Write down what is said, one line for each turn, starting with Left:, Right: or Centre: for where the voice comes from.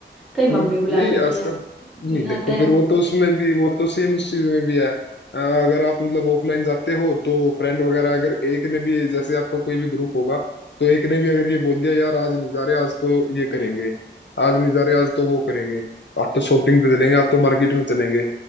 Centre: कहीं मम्मी
Left: हम्म
Centre: बुला
Left: नहीं
Centre: लेती
Left: ऐसा
Centre: है हो
Left: नहीं
Centre: जाता
Left: देखो
Centre: है
Left: फिर वो तो उसमें भी वो तो सेम उस चीज में भी है अ, अगर आप मतलब ऑफलाइन जाते हो तो फ्रेंड वगैरह अगर एक ने भी जैसे आपका कोई भी ग्रुप होगा तो एक ने भी अगर ये बोल दिया यार आज नहीं जा रहे आज तो ये करेंगे आज नहीं जा रहे आज तो वो करेंगे आज तो शॉपिंग पे चलेंगे आज तो मार्केट में चलेंगे